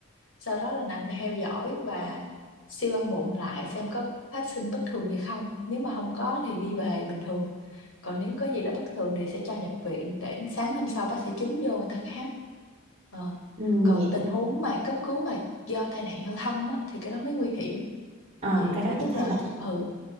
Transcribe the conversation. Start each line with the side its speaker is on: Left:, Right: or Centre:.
Left: sau đó là nằm theo dõi và siêu âm bụng lại xem có phát sinh bất thường gì không nếu mà không có thì đi về bình thường còn nếu có gì đó bất thường thì sẽ cho nhập viện để sáng hôm sau bác sĩ chính vô người ta khám Ờ.
Right: ừ,
Left: còn
Right: vậy.
Left: tình huống mà cấp cứu mà do tai nạn giao thông á, thì cái đó mới nguy hiểm
Right: Ờ,
Left: thì
Right: cái
Left: thứ
Right: đó
Left: nhất
Right: em thấy
Left: là
Right: là
Left: ừ